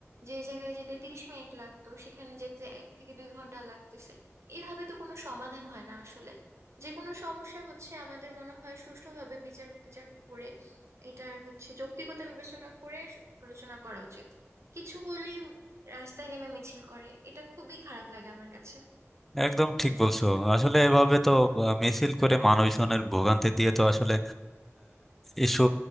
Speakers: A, on the right (about 65°); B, in the centre.
A: যে জায়গায় যেতে তিরিশ মিনিট লাগতো সেখানে যেতে এক থেকে দুই ঘন্টা লাগতেছে এভাবে তো কোনো সমাধান হয় না আসলে যে কোনো সমস্যা হচ্ছে আমাদের মনে হয় সুষ্ঠুভাবে বিচার বিচার করে এটার হচ্ছে যৌক্তিকতা বিবেচনা করে স- আলোচনা করা উচিত কিছু হলেই রাস্তায় নেমে মিছিল করে এটা খুবই খারাপ লাগে আমার কাছে
B: একদম ঠিক বলছো আসলে এভাবে তো আহ, মিছিল করে মানুষজনের ভোগান্তি দিয়ে তো আসলে ইস্যু